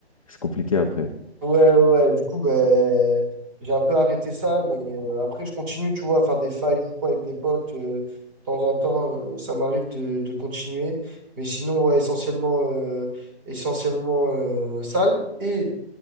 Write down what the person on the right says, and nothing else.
Ouais, ouais, ouais. du coup, ben, j'ai un peu arrêté ça. Mais euh, après, je continue, tu vois, à faire des fives ou quoi avec des potes. euh, de temps en temps, euh, ça m'arrive de, de continuer. Mais sinon, ouais, essentiellement, euh, essentiellement euh, salle. Et